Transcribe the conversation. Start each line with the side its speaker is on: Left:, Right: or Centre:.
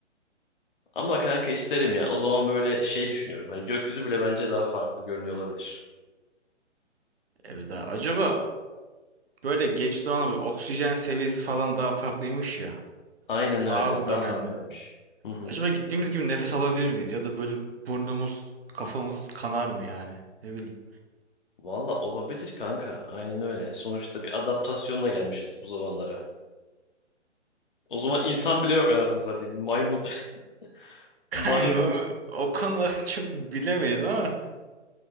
Left: Ama kanka isterim ya. O zaman böyle şey düşünüyorum. Hani gökyüzü bile bence daha farklı görünüyor olabilir.
Right: Evet ha. Acaba böyle geç zamanla bir oksijen seviyesi falan daha farklıymış ya.
Left: Aynen öyle.
Right: Bazı
Left: Daha
Right: dönemde.
Left: fazlaymış. Hı hı.
Right: Acaba gittiğimiz gibi nefes alabilir miyiz? Ya da böyle burnumuz, kafamız kanar mı yani? Ne bileyim.
Left: Valla olabilir kanka. Aynen öyle. Sonuçta bir adaptasyonla gelmişiz bu zamanlara. O zaman insan bile yok anasını satayım. Maymun. <laughs>
Right: Kanka
Left: Maymun.
Right: o konuları <laughs> çok bilemeyiz ama